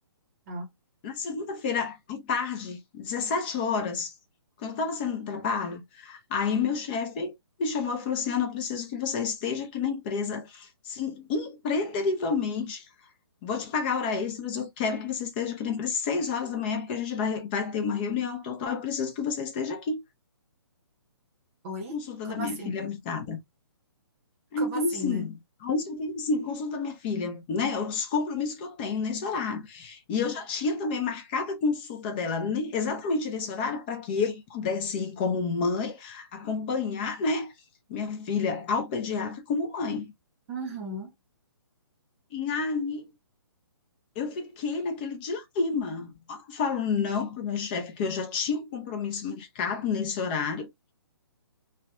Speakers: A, on the right; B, on the left.
A: Tá.
B: Na segunda-feira, à tarde, 17 horas, quando eu estava saindo do trabalho, aí meu chefe me chamou e falou assim, Ana, eu preciso que você esteja aqui na empresa, sim, impreterivelmente, vou te pagar hora extra, mas eu quero que você esteja aqui na empresa às 6 horas da manhã, porque a gente vai, vai ter uma reunião total, eu preciso que você esteja aqui.
A: Oi?
B: Consulta
A: Como
B: da minha
A: assim?
B: filha marcada. Aí,
A: Como
B: como
A: assim,
B: assim?
A: né?
B: Aí só tem assim, consulta da minha filha, né? Os compromissos que eu tenho nesse horário. E eu já tinha também marcado a consulta dela ne- exatamente nesse horário para que eu pudesse ir como mãe, acompanhar, né, minha filha ao pediatra como mãe.
A: Uhum,
B: E aí eu fiquei naquele dilema. Ou eu falo não para o meu chefe, que eu já tinha um compromisso marcado nesse horário, eu